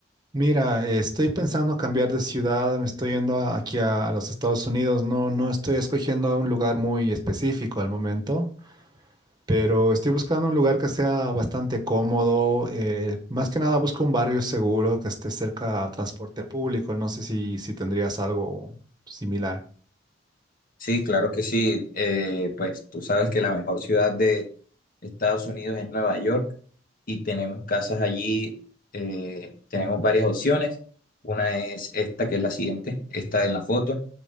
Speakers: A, on the right; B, on the left.
A: Mira, eh, estoy pensando cambiar de ciudad, me estoy yendo a- aquí a, a los Estados Unidos, no, no estoy escogiendo un lugar muy específico al momento, pero estoy buscando un lugar que sea bastante cómodo, eh, más que nada busco un barrio seguro que esté cerca al transporte público, no sé si, si tendrías algo similar.
B: Sí, claro que sí. Eh, pues tú sabes que la mejor ciudad de Estados Unidos es Nueva York. y tenemos casas allí, eh, tenemos varias opciones. Una es esta, que es la siguiente, esta en la foto.